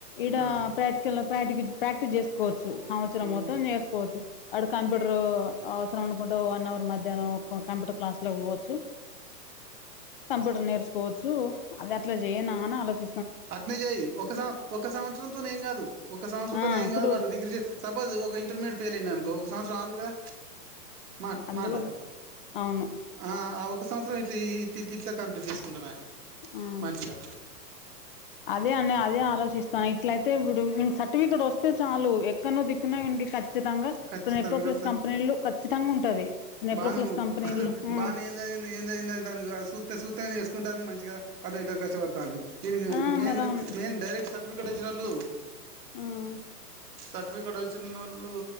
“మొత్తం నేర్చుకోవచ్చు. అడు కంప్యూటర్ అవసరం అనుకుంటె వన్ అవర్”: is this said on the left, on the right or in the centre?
Left